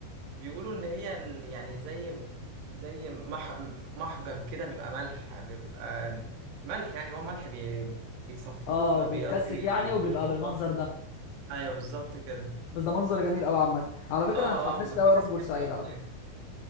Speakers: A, on the right; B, on the left.
A: بيقولوا ان هي ال- يعني زي زي مح محجر كده بيبقى ملح بيبقى ملح يعني هو ملح بي بيصفوه
B: اه
A: بيبقى
B: بيتكثف
A: بي- قصدي بي-
B: يعني وبيبقى
A: بيغلوه
B: بالمنظر
A: اه
B: ده
A: ايوه بالظبط كده
B: بس ده منظر جميل قوي عامه على فكره
A: اه
B: انا اتحمست
A: اه ما
B: قوي
A: في
B: اروح
A: ناس
B: بورسعيد
A: كتير بتروح
B: على
A: هناك
B: فكره